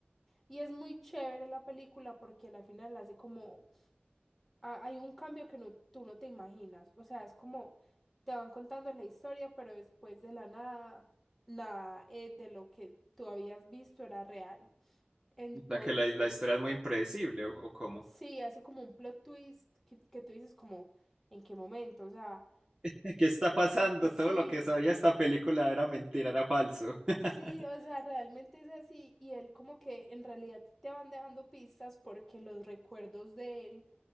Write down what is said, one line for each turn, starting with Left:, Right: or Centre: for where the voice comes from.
Centre: Y es muy chévere la película porque al final hace como ha- hay un cambio que no, tú no te imaginas. O sea, es como te van contando la historia, pero después de la nada, nada eh, de lo que tú habías visto era real. Entonces,
Right: O sea, que la, la historia es muy impredecible, ¿o, o cómo?
Centre: sí, hace como un plot twist que, que tú dices como, ¿en qué momento? O sea,
Right: <laughs> ¿Qué está pasando?
Centre: sí,
Right: Todo lo que sabía esta película era mentira, era falso. <laughs>
Centre: sí, o sea, realmente es así. Y él como que en realidad te van dejando pistas porque los recuerdos de él